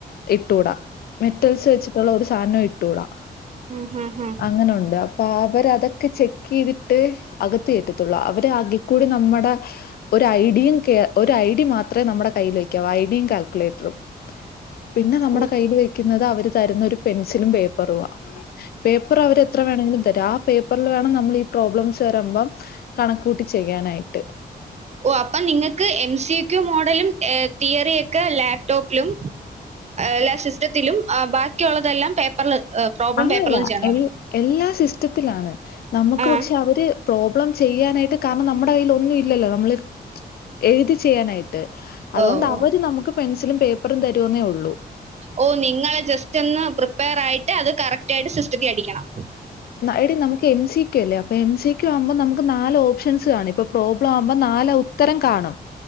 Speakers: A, on the left (about 65°); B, on the right (about 40°).
A: ഇട്ടൂടാ മെറ്റൽസ് വെച്ചിട്ടുള്ള ഒരു സാധനവും ഇട്ടൂടാ
B: ഹും ഹും ഹും
A: അങ്ങനുണ്ട് അപ്പൊ അവര് അതൊക്കെ ചെക്ക് ചെയ്തിട്ട് അകത്ത് കയറ്റത്തുള്ളൂ അവരെ ആകിക്കൂടി നമ്മടെ ഒരു ഐഡിയും ഒരു ഐ ഡി മാത്രമേ നമ്മുടെ കൈൽ വെയ്ക്കാവു ഐഡിയും കാൽക്കുലേറ്ററും പിന്നെ നമ്മുടെ
B: ഉം
A: കയ്യിൽ വെക്കുന്നത് അവര് തരുന്ന ഒരു പെൻസിലും പേപ്പറുവാ പേപ്പർ അവർ എത്ര വേണമെങ്കിലും തരും ആ പേപ്പറിൽ വേണം നമ്മൾ ഈ പ്രോബ്ലംസ് വരമ്പം കണക്കൂട്ടി ചെയ്യാനായിട്ട്
B: ഓഹ് അപ്പൊ നിങ്ങൾക്ക് എം സി ക്യു മോഡലും ഏഹ് തിയറിയൊക്കെ ലാപ്ടോപ്പിലും അല്ലാ സിസ്റ്റത്തിലും ബാക്കിയുള്ളതെല്ലാം പേപ്പറിൽ പ്രോബ്ലം
A: അങ്ങനല്ല
B: പേപ്പറിലും ചെയ്യണം അല്ലേ
A: എല്ലാ സിസ്റ്റത്തിലാണ് നമ്മക്ക്
B: ആഹ്
A: പക്ഷെ അവര് പ്രോബ്ലം ചെയ്യാനായിട്ട് കാരണം നമ്മുടെ കൈയിൽ ഒന്നും ഇല്ലല്ലോ നമ്മള് എഴുതി ചെയ്യാനായിട്ട് അതുകൊണ്ട്
B: ഓ ഓ
A: അവര് നമുക്ക് പെൻസിലും പേപ്പറും തരുന്നേ ഉള്ളൂ
B: ഓ നിങ്ങളെ ജസ്റ്റ് ഒന്ന് പ്രിപ്പയർ ആയിട്ട് അത് കറക്റ്റ് ആയിട്ട് സിസ്റ്റത്തിൽ അടിക്കണം
A: എടി നമുക്ക് എം സി കൂ അല്ലേ അപ്പൊ എം സി കൂ ആവുമ്പോൾ നമുക്ക് നാല് ഓപ്ഷൻസ് കാണും ഇപ്പോ പ്രോബ്ലം ആവുമ്പോ നാല ഉത്തരം കാണും